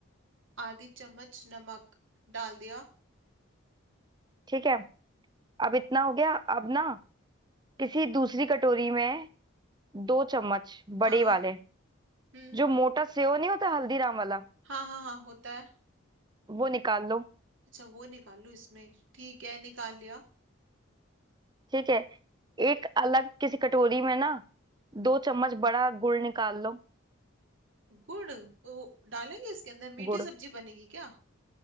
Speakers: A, on the right; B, on the right.
A: आधी चम्मच नमक डाल दिया
B: ठीक है अब इतना हो गया अब ना किसी दूसरी कटोरी में दो चम्मच
A: हाँ
B: बड़े वाले
A: हम्म
B: जो मोटा सेव नहीं होता हल्दीराम वाला
A: हाँ हाँ हाँ होता है
B: वो निकाल लो
A: अच्छा वो निकाल लूँ इसमें ठीक है निकाल लिया
B: ठीक है एक अलग किसी कटोरी में ना दो चम्मच बड़ा गुड़ निकाल लो
A: गुड़ वो डालेंगे इसके अंदर मीठी
B: गुड़
A: सब्जी बनेगी क्या